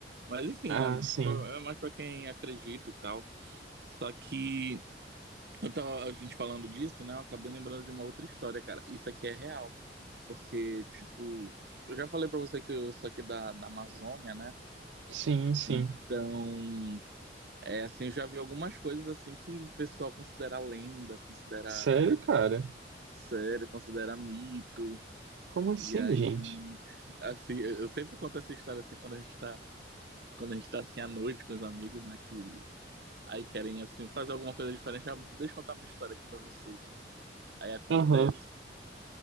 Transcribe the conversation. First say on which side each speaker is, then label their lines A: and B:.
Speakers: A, on the right (about 60°); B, on the right (about 80°).
A: Mas enfim,
B: Ah,
A: né?
B: sim.
A: Tipo, é mais pra quem acredita e tal. Só que eu tava a gente falando disso, né? Eu acabei lembrando de uma outra história, cara. Isso aqui é real. Porque, tipo, eu já falei pra você que eu sou aqui da, da Amazônia, né?
B: Sim, sim.
A: Então, é assim, eu já vi algumas coisas assim que o pessoal considera lenda, considera
B: Sério, cara?
A: sério, considera mito.
B: Como assim,
A: E aí,
B: gente?
A: assim, eu eu sempre conto essa história assim quando a gente tá, quando a gente tá assim à noite com os amigos, né, que aí querem assim fazer alguma coisa diferente, ah, deixa eu contar uma história aqui pra vocês. Aí acontece.
B: Aham.